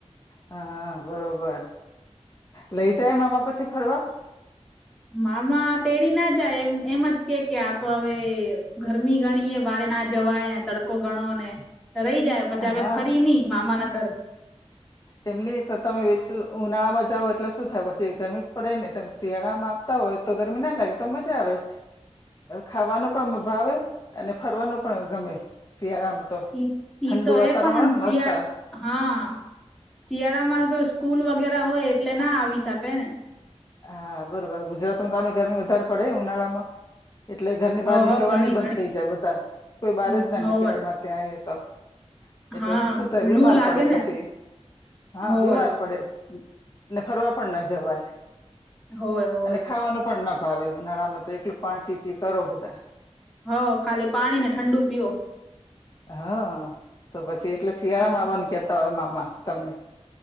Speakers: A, on the left; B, in the centre.
A: હા બરોબર લઈ જાય મામા પછી ફરવા.
B: મામા તેડીના જાય એમ એમજ કે કે આતો હવે ગરમી ગણીએ બારેના જાય. જવાય ને તડકો ગણો ને રહી જાય પછી અમે
A: હા
B: ફરી નહી મામા ન ઘર.
A: એમની તો તમે વ ઉનાળામાં જાવ એટલે શું થાય પછી ગરમીજ પડે ને તમે શિયાળામાં. હોય તો ગરમી ના લાગે તો મજા આવે. ખાવાનો પણ ભાવે અને ફરવાનું પણ ગમે શિયાળામાં. તો
B: ઈ
A: ઠંડુ
B: ઈ તો
A: વાતાવરણ
B: હે પણ શિયા
A: મસ્ત
B: હા. શિયાળામાં તો સ્કૂલ વગેરે હોય એટલે ના આવી શકાય ને.
A: હા બરોબર ગુજરાતમાં તમે ગરમી વધારે પડે ઉનાળામાં. એટલે ઘરની
B: હો
A: બહાર નીકળવાનુંજ
B: હો ઘણી
A: બંધ થઇ જાય બધા કોઈ
B: ઘણી
A: બહારજના
B: હોય
A: નીકળે અમારે. ત્યાં એ તો એટલે
B: હા
A: શું થાય બીમાર
B: લુ લાગે
A: પડે પછી.
B: ને
A: હા
B: હોય
A: બીમાર પડે ને ફરવા પણના જવાય.
B: હો.
A: અને ખાવાનું પણના ભાવે નાળમાં તો એકલું પાણી પીપી કરો બધા.
B: હ ખાલી પાણીને ઠંડુ પીઓ.
A: હા તો પછી એટલે શિયાળામા
B: હા
A: બન કેતા હોય મામા તમને.